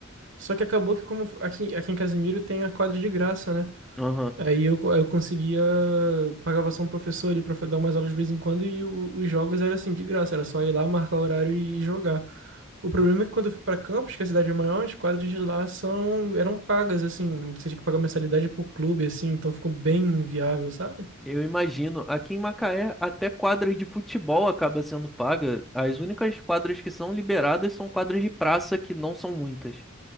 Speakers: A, on the right; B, in the centre.
A: Só que acabou que como aqui, aqui em Casimiro tem a quadra de graça, né?
B: Aham.
A: Aí eu, co- aí eu conseguia, pagava só um professor ali pra fa- dar umas aulas de vez em quando e o- os jogos era assim, de graça, era só ir lá, marcar o horário e, e jogar. O problema é que quando eu fui pra Campos, que a cidade é maior, as quadras de lá são, eram pagas, assim, você tinha que pagar mensalidade pro clube, assim, então ficou bem inviável, sabe?
B: Eu imagino, aqui em Macaé, até quadra de futebol acaba sendo paga. As únicas quadras que são liberadas são quadras de praça, que não são muitas.